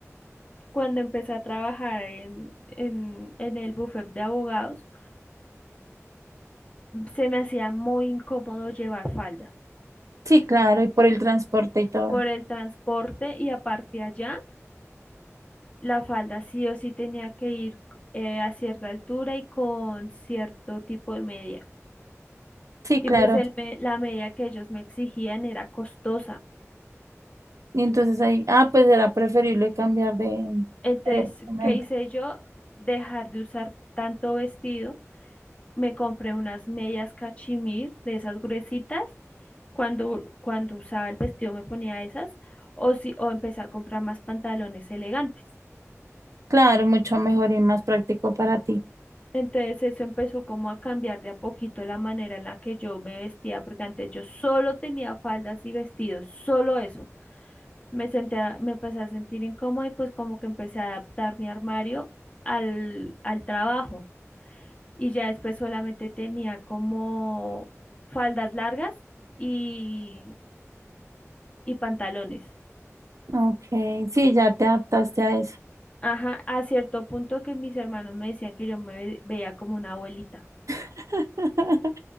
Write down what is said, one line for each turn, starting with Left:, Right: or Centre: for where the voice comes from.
Left: cuando empecé a trabajar en, en, en el bufet de abogados, se me hacía muy incómodo llevar falda.
Right: Sí, claro, y por el transporte y todo.
Left: por el transporte y aparte allá, la falda sí o sí tenía que ir eh, a cierta altura y con cierto tipo de media.
Right: Sí,
Left: Y
Right: claro.
Left: pues el me- la media que ellos me exigían era costosa.
Right: Y entonces ahí, ah, pues era preferible cambiar de,
Left: Entonces,
Right: de vestimenta.
Left: ¿qué hice yo? Dejar de usar tanto vestido. Me compré unas medias cachemir de esas gruesitas. Cuando, cuando usaba el vestido me ponía esas. O, si, o empecé a comprar más pantalones elegantes.
Right: Claro, mucho mejor y más práctico para ti.
Left: Entonces eso empezó como a cambiar de a poquito la manera en la que yo me vestía, porque antes yo solo tenía faldas y vestidos, solo eso. Me senté, a- me empecé a sentir incómoda y pues como que empecé a adaptar mi armario al, al trabajo. Y ya después solamente tenía como faldas largas y, y pantalones.
Right: Ok, sí, ya te adaptaste a eso.
Left: Ajá, a cierto punto que mis hermanos me decían que yo me ve- veía como una abuelita.
Right: <laughs>